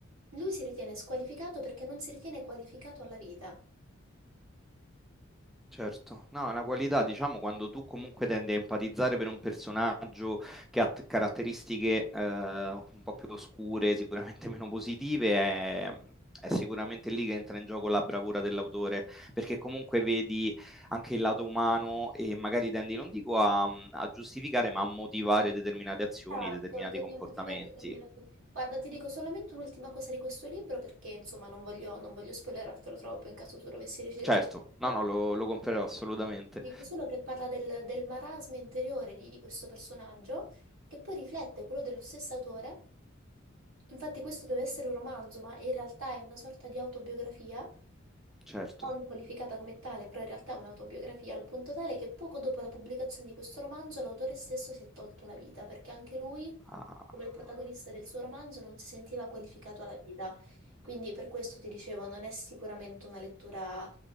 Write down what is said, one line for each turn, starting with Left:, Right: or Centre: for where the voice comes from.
Right: lui si ritiene squalificato perché non si ritiene qualificato alla vita.
Centre: Certo, no, è una qualità, diciamo, quando tu comunque tendi a empatizzare per un personaggio che ha t- caratteristiche eh, un po' più oscure, sicuramente <laughs> meno positive, è, è sicuramente lì che entra in gioco la bravura dell'autore, perché comunque vedi anche il lato umano e magari tendi, non dico a, a giustificare, ma a motivare determinate azioni,
Right: Esatto,
Centre: determinati
Right: tendiamo
Centre: comportamenti.
Right: a motivare determinati. Guarda, ti dico solamente un'ultima cosa di questo libro perché insomma non voglio, non voglio spoilerartelo troppo in caso tu dovessi decidere
Centre: Certo,
Right: di leggerlo.
Centre: no, no, lo, lo comprerò assolutamente.
Right: Dico solo che parla del, del marasma interiore di, di questo personaggio che poi riflette quello dello stesso autore. Infatti questo deve essere un romanzo, ma in realtà è una sorta di autobiografia,
Centre: Certo.
Right: non qualificata come tale, però in realtà è un'autobiografia al punto tale che poco dopo la pubblicazione di questo romanzo l'autore stesso si è tolto la vita perché anche lui
Centre: Ah.
Right: come il protagonista del suo romanzo non si sentiva qualificato alla vita. Quindi per questo ti dicevo, non è sicuramente una lettura